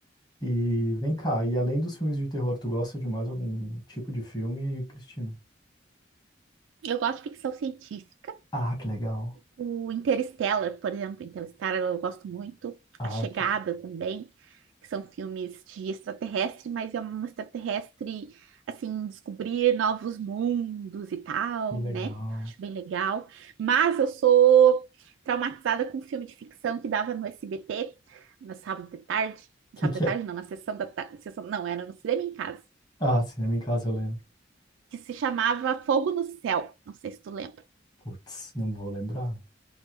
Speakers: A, on the left (about 20°); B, on the right (about 85°).
A: E vem cá, e além dos filmes de terror, tu gosta de mais algum tipo de filme, Cristina?
B: Eu gosto de ficção científica.
A: Ah, que legal.
B: O Interstellar, por exemplo, Interstellar eu gosto muito.
A: Ah,
B: A Chegada
A: que,
B: também, que são filmes de extraterrestre, mas é um extraterrestre, assim, descobrir novos mundos e tal,
A: que legal.
B: né? Acho bem legal. Mas eu sou traumatizada com um filme de ficção que dava no SBT, no sábado de tarde. No
A: Que
B: sábado
A: que
B: de
A: é?
B: tarde, não, na sessão da tarde. Sessão, não, era no cinema em casa.
A: Ah, Cinema em Casa eu lembro.
B: Que se chamava Fogo no Céu. Não sei se tu lembra.
A: Putz, não vou lembrar.